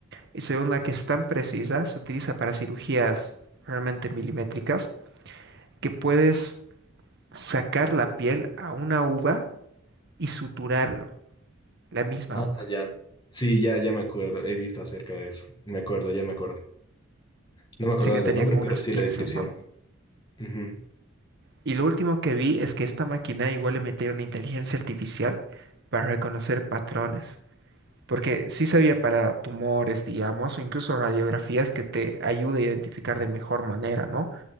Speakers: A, on the right; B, on the left.
A: y segunda que es tan precisa, se utiliza para cirugías realmente milimétricas, que puedes sacar la piel a una uva y suturarlo, la misma
B: Ah,
A: uva.
B: ya. Sí, ya, ya me acuerdo. He visto acerca de eso. Me acuerdo, ya me acuerdo. No me acordaba
A: sí que
B: del
A: tenía
B: nombre,
A: como
B: pero
A: unas
B: sí
A: pinzas,
B: la descripción.
A: ¿no?
B: Ujú,
A: Y lo último que vi es que esta máquina igual le metieron inteligencia artificial para reconocer patrones. Porque sí sabía para tumores, digamos, o incluso radiografías que te ayude a identificar de mejor manera, ¿no?